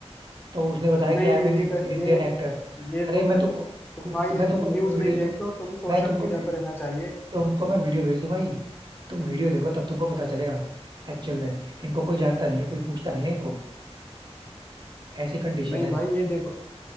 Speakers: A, on the right; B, on the left.
A: तो उसने बताया
B: नहीं
A: कि I
B: नहीं
A: am an
B: ये ग-
A: Indian
B: ये
A: actor
B: ये
A: अरे
B: तो
A: मैं
B: मैं
A: तुमको
B: तुम भाई
A: मैं तुमको वीडियो
B: न्यूज
A: वीडियो
B: नहीं देखते
A: दूँ
B: हो तुम सोशल
A: मैं तुमको
B: मीडिया
A: वीडियो
B: पर रहना चाहिए
A: तुमको मैं वीडियो भेज दूँ भाई तुम वीडियो देखो तब तुमको पता चलेगा एक्चुअल में इनको कोई जानता नहीं है कोई पूछता नहीं है इनको ऐसी कंडीशन
B: नहीं
A: है
B: भाई ये देखो